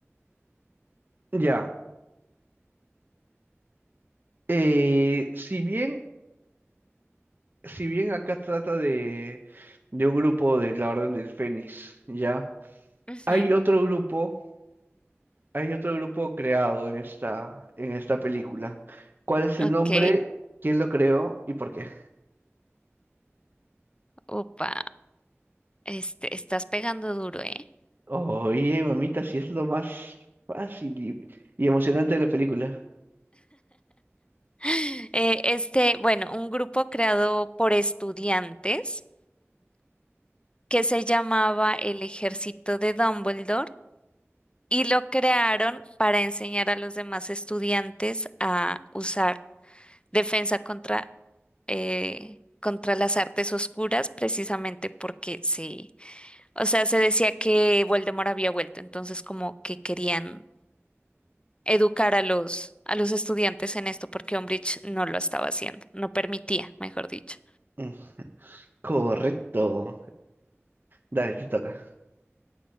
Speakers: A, on the right (about 45°); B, on the left (about 20°).
A: ya. Eh, si bien si bien acá trata de, de un grupo de la Orden del Fénix, ¿ya?
B: Ujú,
A: Hay otro grupo, hay otro grupo creado en esta, en esta película. ¿Cuál es el
B: ok,
A: nombre? ¿Quién lo creó y por qué?
B: upa, este, estás pegando duro, ¿eh?
A: Oye, mamita, si es lo más fácil y, y emocionante de la película.
B: <gasps> Eh, este, bueno, un grupo creado por estudiantes que se llamaba el Ejército de Dumbledore y lo crearon para enseñar a los demás estudiantes a usar defensa contra, eh, contra las artes oscuras, precisamente porque sí, o sea, se decía que Voldemort había vuelto, entonces como que querían educar a los, a los estudiantes en esto, porque Umbridge no lo estaba haciendo, no permitía, mejor dicho.
A: Mm, Correcto. Dale, te toca.